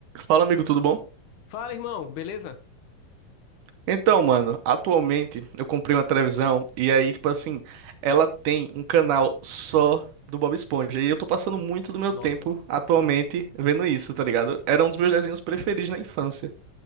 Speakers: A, on the right; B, on the left.
A: Fala, amigo, tudo bom?
B: Fala, irmão, beleza?
A: Então, mano, atualmente eu comprei uma televisão e aí, tipo assim, ela tem um canal só do Bob Esponja e eu tô passando muito do meu
B: Nossa,
A: tempo atualmente vendo isso, tá ligado? Era um dos meus desenhos preferidos na infância.